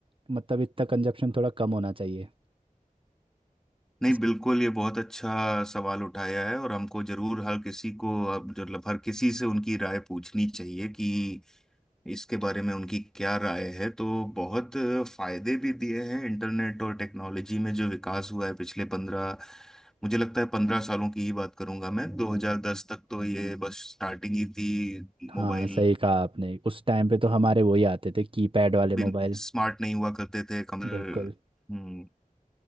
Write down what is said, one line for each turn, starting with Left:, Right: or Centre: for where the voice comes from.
Right: मतलब इतना कंजप्शन थोड़ा कम होना चाहिए
Centre: नहीं
Right: इस-
Centre: बिल्कुल
Right: पे?
Centre: ये बहुत अच्छा सवाल उठाया है और हमको जरूर हर किसी को अब मतलब हर किसी से उनकी राय पूछनी चाहिए कि इसके बारे में उनकी क्या राय है तो बहुत फायदे भी दिए हैं इंटरनेट और टेक्नोलॉजी में जो विकास हुआ है पिछले पंद्रह मुझे लगता है पंद्रह सालों की ही बात करूंगा मैं 2010 तक तो ये बस स्टार्टिंग ही थी
Right: हाँ
Centre: मोबाइल
Right: सही कहा आपने उस टाइम पे तो हमारे वही आते थे कीपैड वाले मोबाइल
Centre: बिन स्मार्ट नहीं हुआ करते थे कंप्यूटर
Right: बिल्कुल
Centre: हम्म